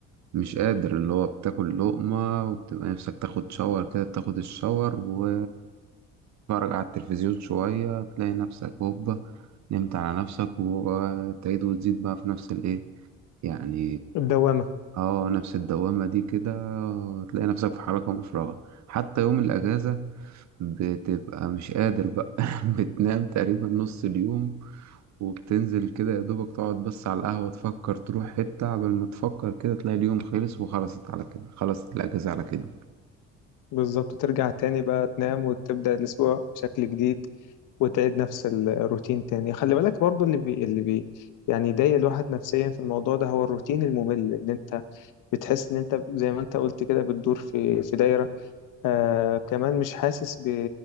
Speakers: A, on the right; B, on the left.
A: مش قادر اللي هو بتاكل لقمة وبتبقى نفسك تاخد شاور كده بتاخد الشاور و تتفرج على التلفزيون شوية تلاقي نفسك هوبا نمت على نفسك وتعيد وتزيد بقى في نفس الايه يعني
B: الدوامة
A: اه نفس الدوامة دي كده تلاقي نفسك في حركة مفرغة حتى يوم الأجازة بتبقى مش قادر بقى <laughs> بتنام تقريبا نص اليوم وبتنزل كده يا دوبك تقعد بس على القهوة تفكر تروح حتة قبل ما تفكر كده تلاقي اليوم خلص وخلصت على كده خلصت الأجازة على كده
B: بالظبط ترجع تاني بقى تنام وتبدأ الأسبوع بشكل جديد وتعيد نفس ال- الروتين تاني خلي بالك برضو اللي بي... اللي بي... يعني يضايق الواحد نفسيا في الموضوع ده هو الروتين الممل ان انت بتحس ان انت زي ما انت قلت كده بتدور في في دايرة آه كمان مش حاسس ب...